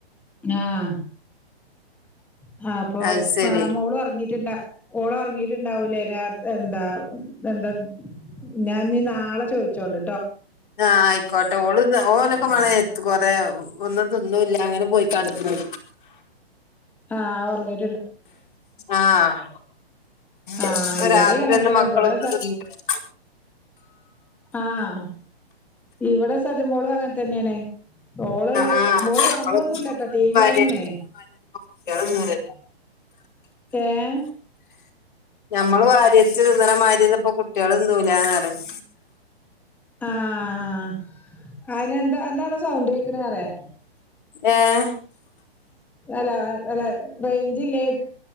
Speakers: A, in the centre; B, on the left (about 50°).
A: ആഹ് ഹാ അപ്പൊ
B: അത് ശരി
A: ആഹ് മോളു ഒറങ്ങി ട്ടിണ്ട ഓള് ഒറങ്ങീട്ടുണ്ടാവൂല്ലേ രാ എന്താ എന്താ ഞാൻ ഇനി നാളെ ചോയിച്ചോണ്ട്
B: ആഹ് ആയിക്കോട്ടെ ഓള് ദാ ഓലൊക്കെ മഴയത്തു കൊറെ ഒന്നും തൊന്നൂല്ല അങ്ങനെ പോയി കടന്നു
A: ആഹ് ഉറങ്ങീ
B: ആഹ്
A: ആ
B: അപ്പൊ
A: ഇവിടെ
B: രാത്രിയൊന്നും
A: അങ്ങനെ തന്നെ
B: മക്കളൊ
A: ഇവിടെ
B: <unintelligible> തിന്നൂല്ലാരുന്നോ
A: ആഹ് ഇവിടെ സജ മോളും അങ്ങനെ തന്നെയാണ് ഓള്
B: ആഹ്
A: ഓള്
B: നമ്മള്
A: ഉറങ്ങൊന്നൂല്ലാട്ടോ
B: നമ്മള്
A: ടീവീ
B: വാരിയടിച്ച്
A: കാണയാണ്
B: തിന്നണ മാതിരി കുട്ടികള് തിന്നൂലല്ലോ
A: ഏഹ്
B: ഞ്ഞമ്മള് വാരി വലിച്ചു തിന്നണ മാതിരിയൊന്നും ഇപ്പോ കുട്ടികള് തിന്നൂലാന്ന് പറയാ
A: ആഹ് അതിനു എന്താ എന്താടോ സൗണ്ട് കേക്കാണെന്നറിയാ
B: ഏഹ്
A: അല്ലാ അല്ല റേഞ്ച് ഇല്ലായിരി